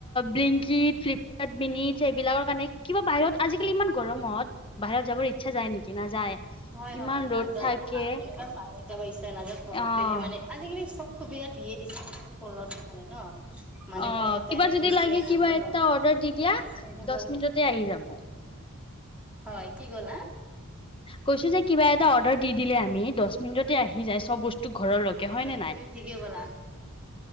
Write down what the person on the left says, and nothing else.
বেলংকিট, ফ্লিপকাৰট মিনিট সেবিলাকৰ কাৰণে কিবা বাহিৰত। আজিকালি ইমান গৰমত বাহিৰত যাবৰ ইচ্ছা যায় নেকি নাযায়।
ইমান
ৰ'দ থাকে
অ',
অ'
কিবা
যদি
লাগে
কিবা এটা
অৰ্ডাৰ দি দিয়া।
দহ মিনিটতে আহি যাব।
কৈছো যে কিবা এটা অৰ্ডাৰ দি দিলে আমি দহ মিনিটত। তাতে আহি যায় চ'ব বস্তু ঘৰলৈকে হয় ন নাই।